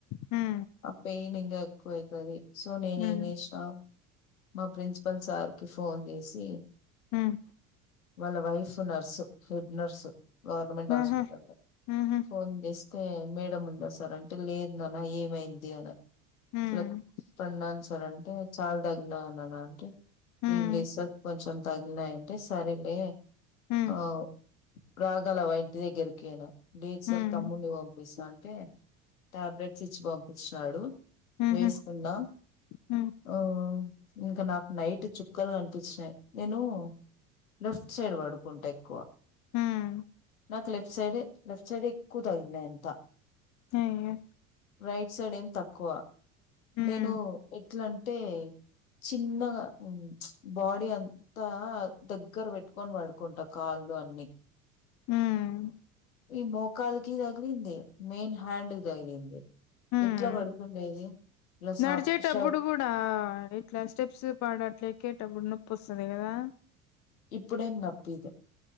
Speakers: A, on the left; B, on the left.
A: హ్మ్
B: అ పయిన్ ఇంకా ఎక్కువ అయితాది సో నేనే
A: హ్మ్
B: ఏం చేసినా మా ప్రిన్సిపల్ సార్కి ఫోన్ చేసి
A: హ్మ్.
B: వాళ్ళ wife nurse head nurse government హాస్పిటల్
A: ఆహా!
B: లో
A: ఆహా!
B: ఫోన్ జెసి తె మేడం ఉంది సార్ అంటే లేదునాన ఏమైంది అనా
A: హ్మ్.
B: చెప్తున్నాను సార్ అంటే చాలా దగ్న ఉన్నానంటే
A: హ్మ్.
B: ఏ లేదు సార్ కొంచెం తగిలినాయంటే సరేలే
A: హ్మ్.
B: ఆ రాగలవా ఇంటి దగ్గరకి యను లేదు
A: హ్మ్.
B: సార్ తమ్మున్ని పంపిస్తా టె టాబ్లెట్స్ ఇచ్చి పంపిచిన్నాడు
A: హుహు.
B: వేసుకుందా
A: హ్మ్.
B: ఓ ఇంకా నాకు నైట్ చుక్కలు కనిపించినాయి నేను లెఫ్ట్ సైడ్ పడుకుంటా ఎక్కువ
A: హ్మ్.
B: నాకు లెఫ్ట్ సైడే లెఫ్ట్ సైడే ఎక్కువ తగినయి అంత
A: అయ్యో!
B: రైట్ సైడ్ ఏం తక్కువ
A: హ్మ్.
B: నేను ఎట్లాంటే చిన్నగా బాడీ అంతా దగ్గర పెట్టుకొని పడుకుంటా కాలు లో అన్ని
A: హ్మ్.
B: ఈ మోకాలి కి తగిలింది మెయిన్ హ్యాండ్ కి తగిలింది
A: హ్మ్.
B: ఎట్లా పడుకుండేది ఇలా
A: నడిచేటప్పుడు
B: సాప్ షాప్
A: గూడా ఇట్లా స్టెప్స్ పడట్లే ఎక్కేటప్పుడు నొ పుస్తది గదా
B: ఇప్పుడేం నొప్పీదు